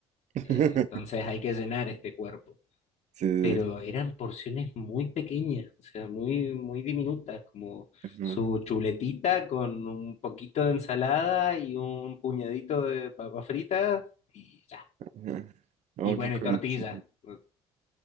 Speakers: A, on the right; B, on the left.
A: <laughs>
B: eh, entonces hay que llenar este cuerpo,
A: Sí,
B: pero
A: sí. sí.
B: eran porciones muy pequeñas, o sea, muy, muy diminutas, como
A: Ajá,
B: su chuletita con un poquito de ensalada y un puñadito de papas fritas y ya.
A: ajá. Oh,
B: Y bueno,
A: qué curioso.
B: y tortilla. eh,